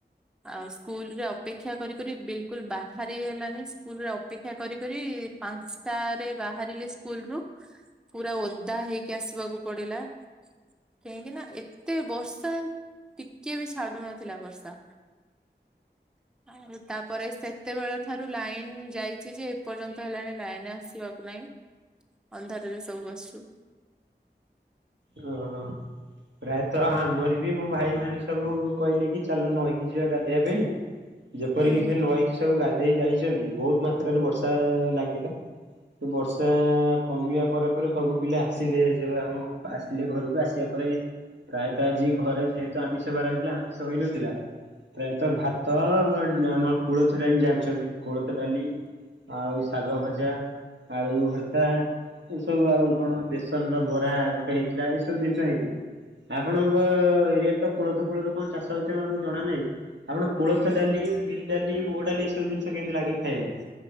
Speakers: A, in the centre; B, on the right.
A: ଆଉ ସ୍କୁଲ ରେ ଅପେକ୍ଷା କରି କରି ବିଲକୁଲ ବାହାରି ହେଲାନି ସ୍କୁଲ ରେ ଅପେକ୍ଷା କରି କରି ପାଞ୍ଚଟାରେ ବାହାରିଲେ ସ୍କୁଲ ରୁ। ପୁରା ଓଦା ହେଇକି ଆସିବାକୁ ପଡିଲା। କାହିଁକି ନା ଏତେ ବର୍ଷା ଟିକେ ବି ଛାଡୁ ନଥିଲା ବର୍ଷା ଆଉ ତାପରେ ସେତେବେଳ ଠାରୁ ଲାଇନ ଯାଇଛି ଯେ ଏପର୍ଯ୍ୟନ୍ତ ହେଲାଣି ଲାଇନ ଆସିବାକୁ ନାାଇଁ ଅନ୍ଧାରରେ ସବୁ ବସଛୁ।
B: ଓ ହୋ। ପ୍ରାୟତଃ ଆମର ବି ମୋ ଭାଇ ମାନେ ସବୁ କହିଲେ କି ଚାଲ ନଇକି ଯିବା ଗାଧୋଇବା ପାଇଁ ଯେପରିକି
A: ହୁଁ ହୁଁ।
B: ସେ ନଈକି ସବୁ ଗାଧେଇ ଯାଇଛନ୍ତି ବହୁତ ମାତ୍ରାରେ ବର୍ଷା ଲାଗିଲା। ସେ ବର୍ଷା କମିବା ପରେ ପରେ ସବୁ ପିଲା ଆସିଲେ ଯେବେ ଆମ ଆସିଲେ ଘରକୁ ଆସିବା ପରେ ପ୍ରାୟତଃ ଆଜି ଘରେ ଯେହେତୁ ଆମିଷ ବାର ହୋଇଥିଲା ଆମିଷ ହୋଇନଥିଲା। ପ୍ରାୟତଃ ଭାତ ଆମ କୋଳଥ ଡାଲି ଜାଣିଛନ୍ତି କୋଳଥ ଡାଲି ଆଉ ଶାଗ ଭଜା। ଆଳୁ ଭର୍ତ୍ତା ଏ ସବୁ ଆଉ କଣ ବେସନ ର ବରା ଗୋ ହେଇଥିଲା ଏଇ ସବୁ ଜିନିଷ ହେଇଥିଲା। ଆପଣଙ୍କ-ଅ-ଅ-ଅ ଏରିଆରେ ତ କୋଳଥ ଫୋଳଥ କଣ ଚାଷ ହଉଛି ଆ ଆମକୁ ଜଣା ନାହିଁ। ଆପଣକୁ କୋଳଥ ଡାଲି, ବିରି ଡାଲି, ମୁଗ ଡାଲି ଏସବୁ ଜିନିଷ କେମିତି ଲାଗେ ଖାଇବାକୁ?